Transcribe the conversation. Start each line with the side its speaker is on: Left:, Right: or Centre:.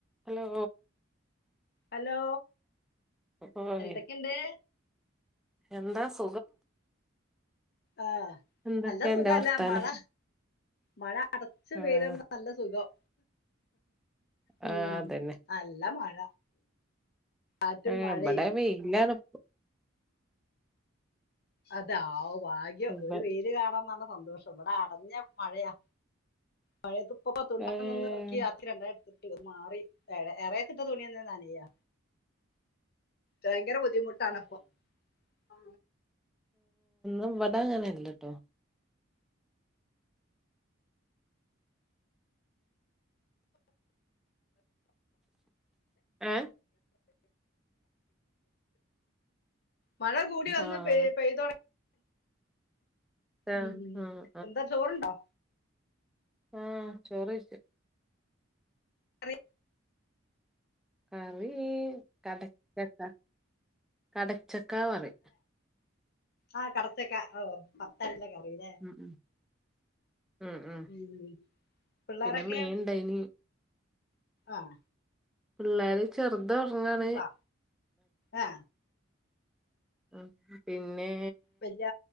Centre: Hello
Left: hello
Centre: ഓയ്
Left: എന്തൊക്കെയുണ്ട്
Centre: എന്താ സ്
Left: ആ
Centre: എന്തൊക്കെയാ
Left: നല്ല സുഖല്ലേ
Centre: അന്റെ വർത്താനം
Left: മഴ മഴ അടച്ച്
Centre: ആഹ്
Left: പെയ്തോണ്ട് നല്ല സുഖം ഉം
Centre: ആഹ് അതന്നെ
Left: നല്ല മഴ കാറ്റും
Centre: ആ
Left: മഴയും
Centre: ബടെ വെയിലാണ് പ്പ
Left: അതെ ആ ഭാഗ്യം
Centre: ഇബ
Left: ഒരു വെര് കാണാഞ്ഞ സന്തോഷം ഇവിടെ അടഞ്ഞ മഴയാ മഴയപ്പപ്പോ തുണിയൊക്കെ
Centre: ഏഹ്
Left: നിന്ന് ഇറക്കി അത്തി രണ്ടായി ട്ട മാറി ഏ എറെയത്തിതിട്ട തുണിയന്ന നാന്യ ഭയങ്കര ബുദ്ധിമുട്ട് അനപ്പം ആ
Centre: ഇവിട അങ്ങനെല്ലട്ടോ ഏ
Left: മഴ കൂടി വന്ന്
Centre: ആഹ്
Left: പെയ പെയ്തോ
Centre: ആഹ്
Left: ഉം ഉ
Centre: ആഹ്
Left: എന്താ ചോറണ്ടോ
Centre: ആഹ ചോറച്ച
Left: കറി
Centre: കറി കടച്ചക്ക കടച്ചക്കാ വറി
Left: ആഹ കടത്തൊക്കെ ഓ ഭത്താരല്ലൊക്കെ അറില്ലേ
Centre: ഉം ഉം ഉം ഉം
Left: ഉ പിള്ളോരൊക്കെ
Centre: പിന്നെ മീൻ ഇണ്ടായിനി
Left: ആഹ
Centre: പിള്ളേര് ചെറുത ഉടങ്ങാണ്
Left: സാ ആ
Centre: ഉ പിന്നെ
Left: വല്യ